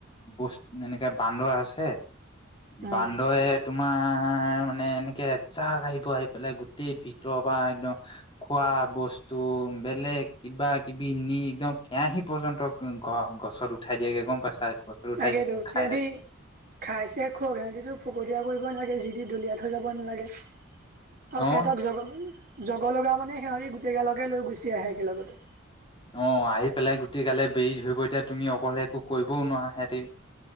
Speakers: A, on the left; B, on the right.
A: বস্ত এনেকে বান্দৰ আছে।
B: উম,
A: বান্দহে তুমি তোমাৰ মানে এনেকে এজাক আহিব আহি পেলাই গোটেই ভিতৰৰ পৰা একদম খোৱা বস্তু বেলেগ কিবা কিবি নি একদম কেৰাহী পৰ্যন্ত গা গ পাছত উঠাই দিয়ে গম পাইছা গছত উঠাই
B: লাগেদো
A: খাই
B: সিহঁতি
A: থাকে
B: খাইছে খক সিহতিটো ফকতীয়া কৰিব নালাগে যি দি দলিয়াত থৈ যাব নালাগে আৰু
A: অ
B: সিহঁতক জগ জগ লগা মানে সিহঁৰি গোটেই গালগে লৈ গুচি আহে একেলগতে
A: অ আহি পেলাই গোটেই গালে বেৰি ধৰিব এতিয়া তুমি অকলে একো কৰিবও নোৱাৰা সিহতি